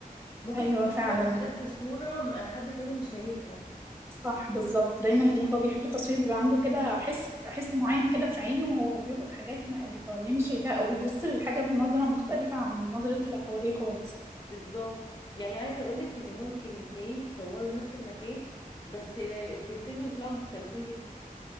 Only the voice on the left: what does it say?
ممكن
تكون
شايف حاجات في الصوره م- حد تاني مش شايفها
بالظبط يعني عايزه اقول لك ان ممكن اتنين يصوروا نفس المكان بس الصورتين يطلعوا مختلفين جدا